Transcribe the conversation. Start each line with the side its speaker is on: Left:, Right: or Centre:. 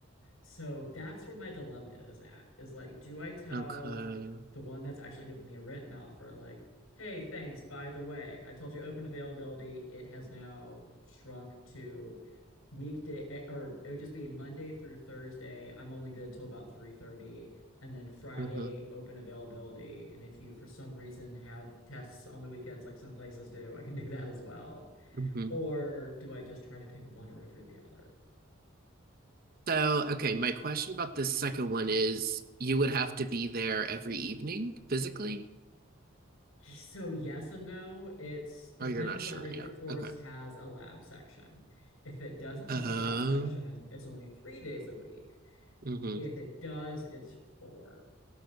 Left: So that's where my dilemma is at, is like, do I tell
Right: Okay.
Left: the one that's actually giving me a written offer, like, hey, thanks, by the way, I told you open availability, it has now shrunk to weekday, eh, or it would just be Monday through Thursday. I'm only good till about 3:30, and then Friday
Right: Mm-hmm.
Left: open availability. And if you, for some reason, have tests on the weekends, like some places do, I can do that as well.
Right: Mm-hmm.
Left: Or do I just try to pick one or over the other?
Right: So, okay, my question about this second one is you would have to be there every evening physically?
Left: So yes and no. It depends
Right: Oh, you're not sure.
Left: on if
Right: Yeah.
Left: the course
Right: Okay.
Left: has a lab section. If it doesn't
Right: Oh,
Left: have a lab section, it's only three days a week.
Right: mm-hmm.
Left: If it does, it's four.